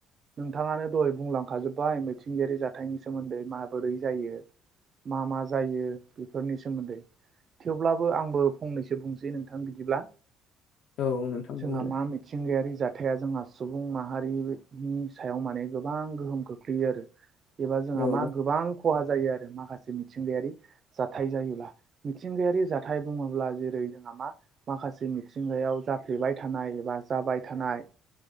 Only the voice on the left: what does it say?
औ नोंथां
बुंदो
औ